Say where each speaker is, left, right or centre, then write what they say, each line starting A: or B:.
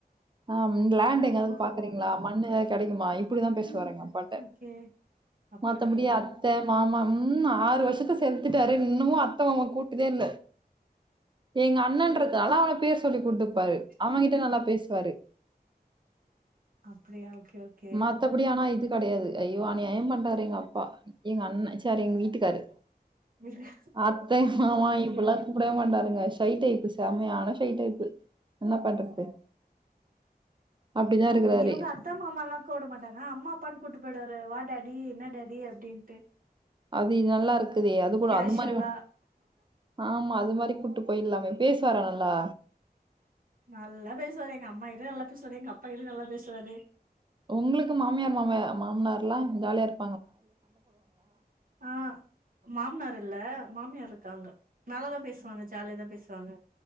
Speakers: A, on the right (about 30°); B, on the right (about 55°).
A: அ லேண்ட் எங்யாவ்து
B: ஓஹோ
A: பாக்குறீங்ளா மண்ணு எதாது கெடைக்குமா இப்டிதா பேசுவாரு
B: ம்
A: எங் அப்பாட்ட
B: ஓகே அப்படியா
A: மத்த முடி அத்த மாமா ம் ஆறு வர்ஷத்த செத்தட்டாரு இன்னமு அத்த மாமா கூட்டதே இல்ல எங்க அண்ணன்றது
B: ஓ
A: ஆன அவன பேர் சொல்லி கூட்டுப்பாரு அவகிட்ட
B: ம்
A: நல்லா பேசுவாரு
B: அப்டியா ஓகே ஓகே
A: மத்தபடி ஆனா இது கடையாது ஐயோ அநியாய பண்றாரு எங்க அப்பா எங்க அண்ணா சார் எங்க வீட்டுக்காரு
B: ஓகே
A: அத்த மாமா
B: ஓகே
A: இப்பல்லா கூப்டவே மாட்டாருங்க ஷை டைப்பு செமையான ஷை டைப்பு என்னா பண்றது அப்படிதான்
B: ம்
A: இருக்குறாரு.
B: இவங்க அத்த மாமா எல்லா கூட மாட்டாங்க அம்மா அப்பான் கூட்டிட்டு போயிடா வா டாடி இன்ன டாடி அப்டின்ட்டு
A: அது நல்லா இருக்குது அது கூட
B: கேஷுவலா
A: அது மாரி ஆமா அது மாரி கூட்டு போயில்லாமே பேசுவார நல்லா
B: நல்லா பேசுவாரு எங்க அம்மா கிட்டு நல்லா பேசுவாரு எங்க அப்பா கிட்ட நல்லா பேசுவாரு
A: ஒங்களுக்கு மாமியார் மாம மாமனார்லா ஜால்யா இரு
B: அ மாமனார் இல்ல மாமியார் இருக்காங்க நல்லாதா பேசுவாங்க ஜாலிய தா பேசுவாங்க